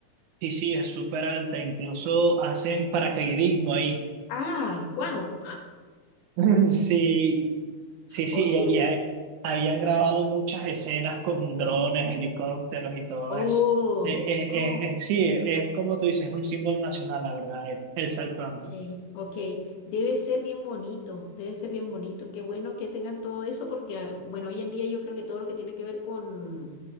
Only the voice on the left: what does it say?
Ah, wow.
Ok.
Oh,
oh.
Ey, Ok, debe ser bien bonito, debe ser bien bonito. Qué bueno que tengan todo eso porque, ah, bueno, hoy en día yo creo que todo lo que tiene que ver con